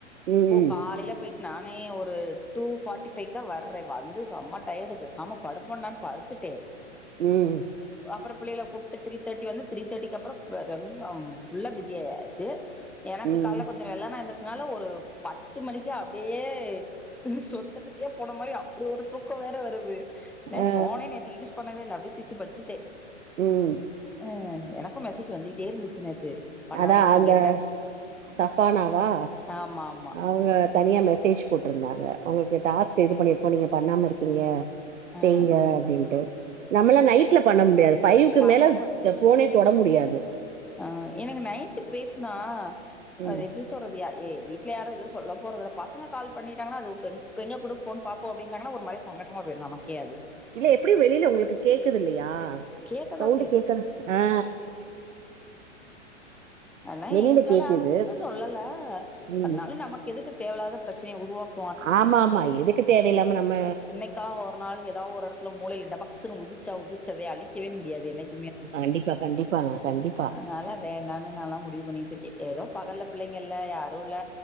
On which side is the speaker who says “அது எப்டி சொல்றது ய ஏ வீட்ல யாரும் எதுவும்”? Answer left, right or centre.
Centre